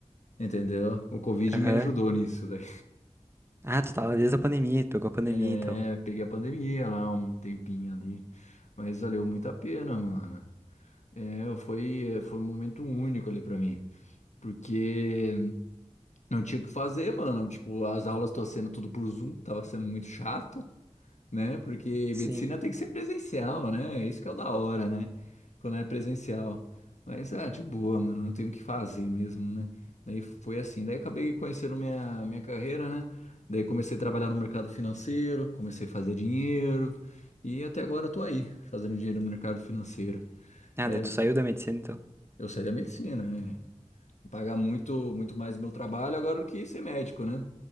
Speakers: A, on the left; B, on the right.
A: Entendeu? O Covid
B: Aham.
A: me ajudou nisso, daí.
B: Ah, tu tava desde a pandemia, tu pegou a pandemia,
A: É,
B: então.
A: peguei a pandemia lá um tempinho ali. Mas valeu muito a pena, mano. É, foi, foi um momento único ali pra mim. Porque não tinha o que fazer, mano. Tipo, as aulas tô sendo tudo por Zoom, tava sendo muito chato. né? Porque
B: Sim.
A: medicina tem que ser presencial, né? É Isso que é o da hora, né? Quando é presencial. Mas, ah, de boa, mano, não tenho o que fazer mesmo, né? Daí foi assim, daí acabei conhecendo minha, minha carreira, né? Daí comecei a trabalhar no mercado financeiro, comecei a fazer dinheiro, e até agora eu tô aí, fazendo dinheiro no mercado financeiro.
B: Ah,
A: É,
B: daí tu saiu da medicina, então.
A: eu saí da medicina, né? Pagar muito, muito mais meu trabalho agora do que ser médico, né?